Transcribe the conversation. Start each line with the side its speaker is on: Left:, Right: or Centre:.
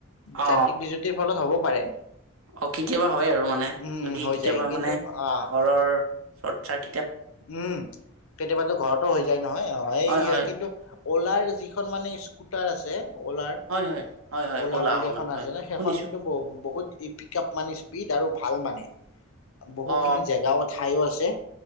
Right: অ
Left: যান্ত্ৰিক বিজুতিৰ ফলত হ'ব। পাৰে।
Right: অ কেতিয়াবা হয় আৰু মানে
Left: উম
Right: যদি
Left: হৈ
Right: কেতিয়াবা
Left: যায় কিন্তু
Right: মানে
Left: আহ
Right: ঘৰৰ। চত চা ইত।
Left: উম কেতিয়াবা ঘৰতো হৈ যায় নহয় অ এই
Right: হয় হয়
Left: কিন্তু। অ'লাৰ যিখন মানে স্কুটাৰ আছে। অলাৰ
Right: হয় হয় হয় হয়
Left: অলাৰ
Right: অ'লা
Left: বুলি
Right: অ'লা
Left: এখন
Right: হয়
Left: আছে
Right: হয়
Left: নে সেইখন
Right: শুনিছো
Left: কিন্তু বহুত। ই পিকা আপ মানে স্পীড আৰু ভাল মানে। বহুখিনি
Right: অ
Left: জেগাও ঠাইও আছে।